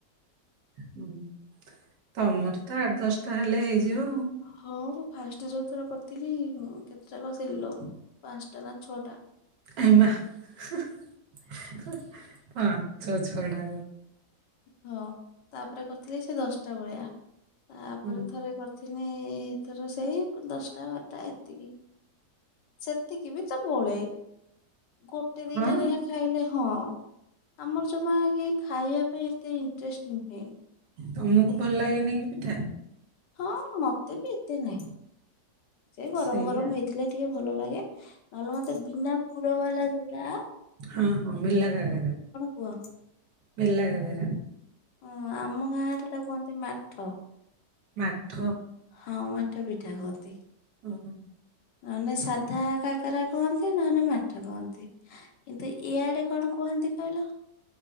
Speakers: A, on the right; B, on the left.
A: ହୁଁ ତମର ତ ଆଠ ଦଶ ତାହେଲେ ହେଇ ଯି ଯିବ ଆଉ
B: ହଁ ମୁଁ ଫାଷ୍ଟ ଯୋଉଥର କରିଥିଲି କେତେଟା କରି ସିଲ ପାଞ୍ଚଟା ନା ଛଅଟା।
A: ଆମା ହଁ। ଛ ଛ ଡା
B: ହଁ ତାପରେ କରିଥିଲି ସେ ଦଶଟା ଭଳିଆ। ତାପରେ
A: ହୁଁ।
B: ଥରେ କରି ଦିନିଥର ସେଇ ପ ଦଶଟା ବାରଟା ଏତିକି। ସେତିକି ବି ସବୁବେଳେ ଗୋଟେ ଦିଟା
A: ହଁ
B: ଲେଖାଁଏ ଖାଇଲେ ହଁ ଆମର ଜମା ଇଏ ଖାଇବା ପାଇଁ ଏତେ ଇଣ୍ଟରେଷ୍ଟ ନୁହେଁ।
A: ତମକୁ ଭଲ ଲାଗେନି କି ପିଠା?
B: ହଁ ମତେ ବି ଏତେ ନାହିଁ। ସେ ଗରମ
A: ସେଇଆ
B: ଗରମ ହେଇଥିଲେ ଟିକେ ଭଲ ଲାଗେ ନହେଲେ ମତେ ବିନା ପୁର ବାଲା ଯୋଟା
A: ହଁ ହଁ ମିଲା କାକରା।
B: କୁହ?
A: ମେଲା ଗାଗରା।
B: ହଁ ଆମ ଗାଁରେ ଟାକୁ କୁହନ୍ତି ମାଠ।
A: ମାଥ?
B: ହଁ ମାଟ ପିଠା କନ୍ତି।
A: ହୁଁ
B: ନହଲେ ସାଧା କାକରା କୁହନ୍ତି ନହଲେ ମାଠ କହନ୍ତି କିନ୍ତୁ ଇଆଡେ କଣ କୁହନ୍ତି କହିଲ?